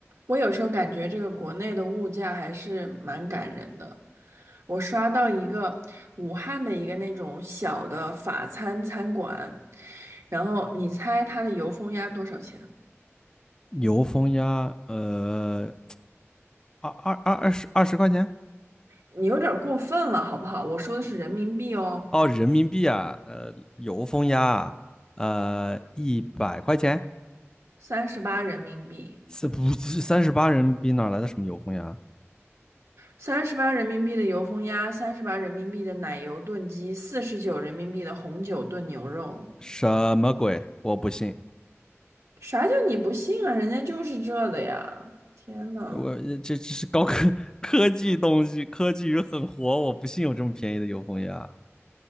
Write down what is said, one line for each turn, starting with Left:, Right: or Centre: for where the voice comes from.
Right: 我有时候感觉这个国内的物价还是蛮感人的。我刷到一个武汉的一个那种小的法餐餐馆，然后你猜它的油封鸭多少钱？
Left: 油封鸭，呃，二二二二十二十块钱
Right: 你有点儿过分了，好不好？我说的是人民币哦，
Left: 哦，人民币啊，呃，油封鸭啊，呃，一百块钱，
Right: 三十八人民币，
Left: 是不是三十八人民币哪来的什么油封鸭？
Right: 三十八人民币的油封鸭，三十八人民币的奶油炖鸡，四十九人民币的红酒炖牛肉。
Left: 什么鬼？我不信，
Right: 啥叫你不信啊？人家就是这的呀！天呐！
Left: 我这这是高科科技东西，科技与狠活，我不信有这么便宜的油封鸭。